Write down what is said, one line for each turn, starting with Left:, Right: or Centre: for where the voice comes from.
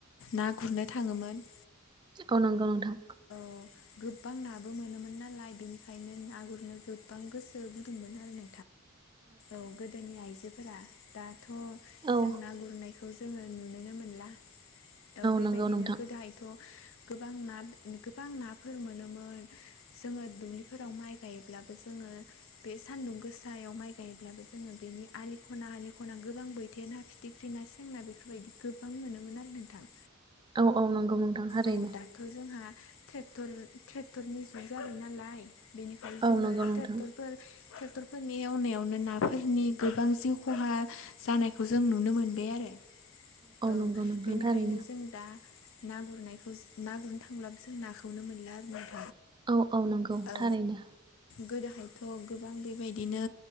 Left: ना गुरनो थाङो मोन
Right: औ नंगौ नोंथां
Left: <inaudible> गोबां नाबो मोनोमोन नालाय बेनिखायनो ना गुरनो गोबां गोसो गुदुंमोन आरो औ गोदोनि आइजोफोरा दाथ'
Right: औ
Left: जों ना गुरनायखौ खौ जोङो नुुनोनो मोनला औ बेबायदिनो
Right: नंगौ नोंथां
Left: गोदोहायथ' गोबां ना गोबां नाफोर मोनोमोन जोङो दुब्लिफोराव माइ गायोब्लाबो जोङो बे सान्दुं गोसायाव माइ गायोब्लाबो जोङो बिनि आलि ख'ना आलि ख'ना गोबां बोथिया ना फिथिख्रि ना सेंना बेफोरबायदि गोबां मोनोमोन आरो नोंथां
Right: औ औ नंगौ नोंथां ओरैनो
Left: औ दाथ' जोंहा ट्रेक्टरनि जुग जाबाय नालाय बेनिखायनो जोङो
Right: औ नंगौ नोंथां
Left: ट्रेक्टरफोर ट्रेक्टरफोरनि एवनायावनो नाफोरनि गोबां जिउ खहा जानायखौ जों नुनो मोनबाय आरो औ
Right: नंगौ नोंथां
Left: बेनिखायनो
Right: थारैनो
Left: जों दा ना गुरनायखौ ना गुरनो थांब्लाबो जों नाखौनो मोनला आरो
Right: औ औ नंगौ
Left: औ
Right: थारैनो
Left: गोदोहायथ' गोबां बेबायदिनो